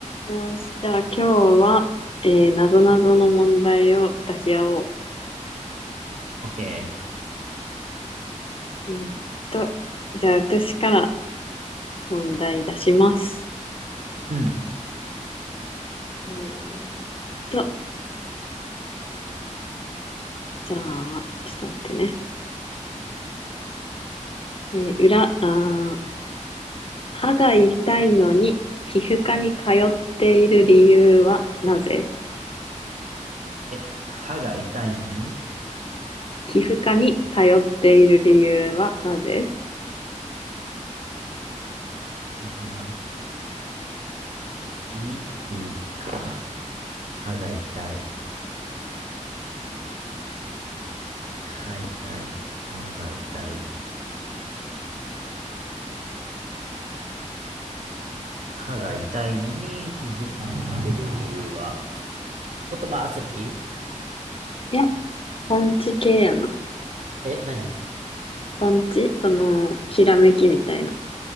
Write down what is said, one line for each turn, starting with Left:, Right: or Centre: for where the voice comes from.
Left: よし、じゃあ今日は、えー、なぞなぞの問題を出し合お
Right: オッケ
Left: う。うんと、じゃあ私から問題出します。
Right: ー。うん。
Left: えーっと、じゃあ、ちょっと待ってね。えー裏、あー、歯が痛いのに皮膚科に通っている理由はなぜ
Right: え、歯が痛いのに
Left: 皮膚科に通っている理由はなぜ
Right: 待ってな。皮膚か。歯が痛い。歯痛い。歯が痛い。歯が痛いのに皮膚科に行ってる理由は、言葉遊び
Left: いや、ポンチ系やな。
Right: え、何
Left: ポンチその、ひらめきみたいな。